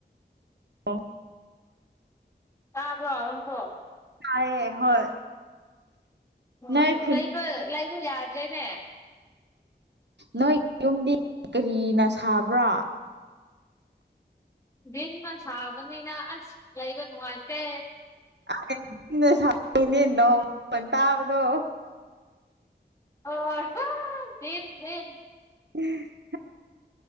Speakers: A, on the right (about 70°); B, on the left (about 15°).
A: ꯑꯣ
B: ꯇꯥꯕ꯭ꯔꯣ ꯅꯪꯁꯨ
A: ꯇꯥꯌꯦ ꯍꯣꯏ
B: ꯑꯣ
A: ꯅꯣꯏ ꯈꯨꯟ
B: ꯂꯩꯕ ꯂꯩꯕ ꯌꯥꯗ꯭ꯔꯦꯅꯦ
A: ꯅꯣꯏ ꯌꯨꯝꯗꯤ ꯀꯔꯤꯅ ꯁꯥꯕ꯭ꯔꯥ
B: ꯕꯤꯟꯅ ꯁꯥꯕꯅꯤꯅ ꯑꯁ ꯂꯩꯕ ꯅꯨꯡꯉꯥꯏꯇꯦ
A: <unintelligible> ꯅꯥ ꯁꯥ <unintelligible> ꯅꯦ ꯅꯣꯡ <unintelligible> ꯇꯥꯕꯗꯣ
B: ꯑꯣꯏ ꯍꯣꯏ ꯗꯤꯟ ꯗꯤꯟ
A: <inaudible>